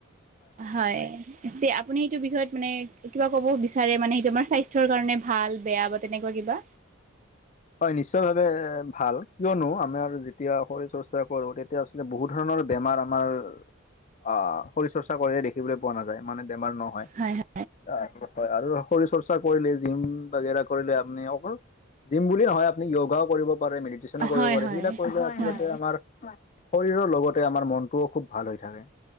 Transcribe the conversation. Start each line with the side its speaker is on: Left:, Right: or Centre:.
Right: হয়। তে আপুনি এইটো বিষয়ত মানে কিবা ক'ব বিচাৰে মানে সেইটো আমাৰ স্বাস্থ্যৰ কাৰণে ভাল বেয়া বা তেনেকুৱা কিবা?
Left: হয় নিশ্চয় ভাৱে এ ভাল কিয়নো আমাৰ যেতিয়া শৰীৰ চৰ্চা কৰো তেতিয়া বহুত ধৰণৰ বেমাৰ আমাৰ অঁ শৰীৰ চৰ্চা কৰিয়ে দেখিবলৈ পোৱা নাযায় মানে বেমাৰ নহয়।
Right: হয় হয়।
Left: <unintelligible> হয় আৰু শৰীৰ চৰ্চা কৰিলে, জিম বাগেৰা কৰিলে আপুনি অকল জিম বুলি নহয় আপুনি য়োগাও কৰিব পাৰে, মেডিটেশ্যন কৰিব
Right: হয়
Left: পাৰে,
Right: হয়
Left: সেইবিলাক <unintelligible> কৰিলে আচলতে
Right: হয়
Left: আমাৰ শৰীৰৰ লগতে আমাৰ মনটোও খুব ভাল হৈ থাকে।